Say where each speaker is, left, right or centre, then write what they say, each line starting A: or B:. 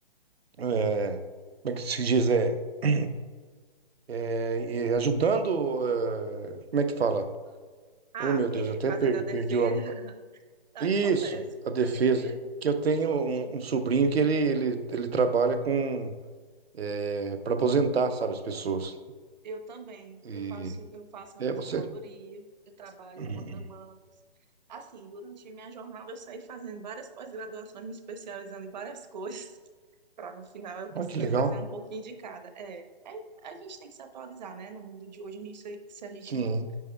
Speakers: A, on the right; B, on the right.
A: eh, como é que se diz é, <clears throat> eh, e ajudando eh, como é que fala?
B: Ah,
A: Oh, meu Deus,
B: é,
A: eu até
B: fazendo
A: per-
B: a defesa,
A: perdi o... am-
B: <laughs> acontece.
A: Isso, a defesa.
B: A defesa,
A: Que eu tenho
B: sim,
A: um,
B: sim.
A: um sobrinho que ele, ele, ele trabalha com... É, para aposentar, sabe, as pessoas.
B: Eu também.
A: E...
B: Eu faço, eu faço
A: É
B: aposentadoria,
A: você?
B: eu trabalho
A: <clears throat>
B: contra bancos. Assim, durante minha jornada eu saí fazendo várias pós-graduações, me especializando em várias coisas, <laughs> para no final eu conseguir
A: Olha que legal.
B: fazer um pouquinho de cada. É, é, a gente tem que se atualizar, né? No mundo de hoje, a gente, se se a gente
A: Sim,
B: não,